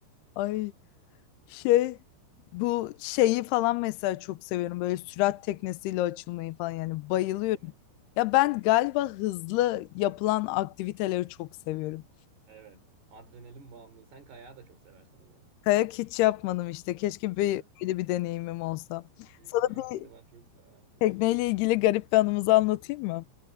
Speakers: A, on the left; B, on the right.
A: Ay şey bu şeyi falan mesela çok seviyorum. Böyle sürat teknesiyle açılmayı falan yani bayılıyorum.
B: <laughs> Aynen.
A: Ya ben galiba hızlı yapılan aktiviteleri çok seviyorum.
B: Evet. Adrenalin bağımlılığı. Sen kayağı da çok seversin o zaman.
A: Kayak hiç yapmadım işte. Keşke bir,
B: Hı.
A: böyle bir deneyimim olsa.
B: Büyük,
A: Sana
B: büyük
A: bir
B: ihtimal çok seversin.
A: Tekneyle ilgili garip bir anımızı anlatayım mı?